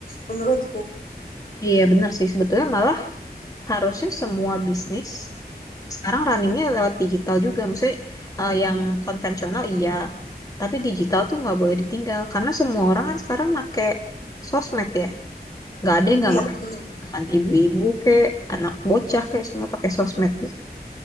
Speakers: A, on the left; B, on the left.
A: menurutku
B: Iya, benar sih. Sebetulnya malah harusnya semua bisnis Sekarang runningnya lewat digital juga, maksudnya eh, yang konvensional iya, tapi digital tuh nggak boleh ditinggal karena semua orang kan sekarang make sosmed ya, nggak ada yang nggak
A: iya
B: pakai
A: mm.
B: sosmed, bahkan ibu-ibu kek, anak bocah kek semua pakai sosmed gitu.